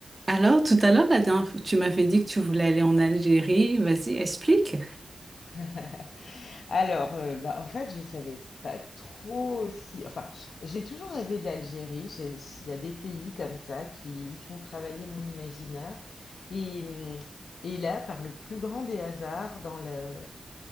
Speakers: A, on the right; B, on the left.
A: Alors, tout à l'heure, la dernière fois, tu m'avais dit que tu voulais aller en Algérie. Vas-y, explique.
B: <laughs> Alors, euh, bah, en fait, je savais pas trop si... Enfin, j'ai toujours rêvé de l'Algérie. J'ai- Il y a des pays comme ça qui font travailler mon imaginaire. Et, hum, et là, par le plus grand des hasards, dans le-